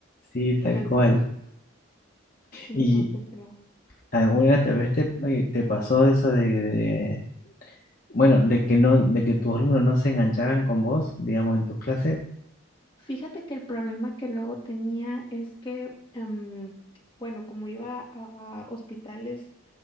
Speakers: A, on the left; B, on the left.
A: sí, tal
B: a la nada.
A: cual.
B: Sí,
A: ¿Y
B: no, qué feo.
A: alguna tal vez te, eh, te pasó eso de, Bueno, de que no, de que tus alumnos no se engancharan con vos, digamos, en tus clases.
B: Fíjate que el problema que luego tenía es que, em, bueno, como iba a hospitales